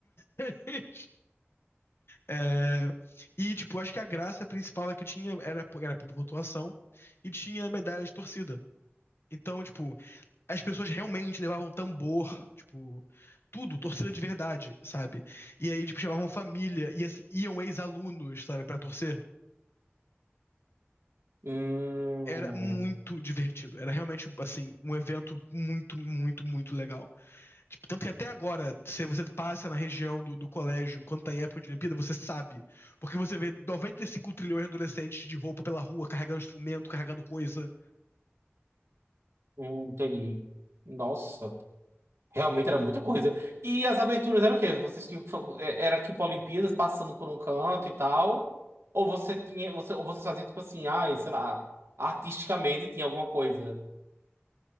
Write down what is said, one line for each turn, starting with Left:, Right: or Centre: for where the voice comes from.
Left: <laughs> É, e, tipo, acho que a graça principal é que tinha era, era por pontuação e tinha medalha de torcida. Então, tipo, as pessoas realmente levavam tambor, tipo, tudo, torcida de verdade, sabe? E aí, tipo, chamavam família e, assim, iam ex-alunos, sabe, pra torcer.
Right: Hum,
Left: Era muito divertido. Era realmente, assim, um evento muito, muito, muito legal. Tipo, tanto que até agora, se você passa na região do, do colégio, quando tá em época de Olimpíada, você sabe. Porque você vê 95 trilhões de adolescentes de roupa pela rua, carregando instrumento, carregando coisa.
Right: hum, entendi. Nossa, realmente era muita coisa. E as aberturas eram o quê? Vocês tinham que fa- é- era tipo Olimpíadas passando por um canto e tal? Ou você tinha, você, ou você fazia tipo assim, ai, sei lá, artisticamente tinha alguma coisa.